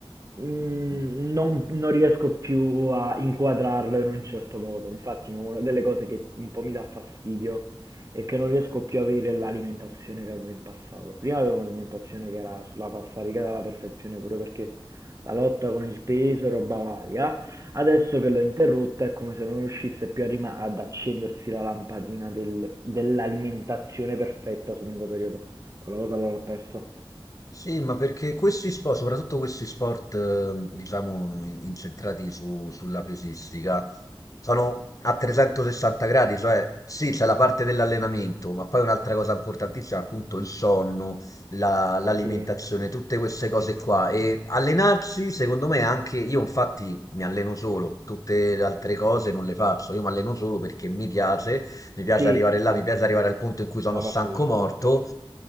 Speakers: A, on the right; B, on the left.
A: mh, non, non riesco più a inquadrarlo in un certo modo. Infatti, mo, una delle cose che un po' mi dà fastidio è che non riesco più a avere l'alimentazione che avevo in passato. Prima avevo un'alimentazione che era sulla falsariga alla perfezione, proprio perché la lotta con il peso e roba varia. Adesso che l'ho interrotta è come se non riuscisse più a rima- ad accendersi la lampadina del- dell'alimentazione perfetta sul lungo periodo. Quella cosa l'ho persa.
B: Sì, ma perché questi sport, soprattutto questi sport, eh, diciamo, incentrati su- sulla pesistica, sono a 360 gradi, cioè sì, c'è la parte dell'allenamento, ma poi un'altra cosa importantissima, appunto, il sonno, la- l'alimentazione,
A: Sì,
B: tutte queste cose qua. E allenarsi, secondo me, è anche io infatti mi alleno solo, tutte le altre cose
A: Sì,
B: non le faccio, io mi alleno solo perché mi piace, mi piace
A: sì.
B: arrivare là,
A: sì,
B: mi piace arrivare
A: sì. È
B: al punto in cui sono
A: una
B: stanco
A: parte divertente.
B: morto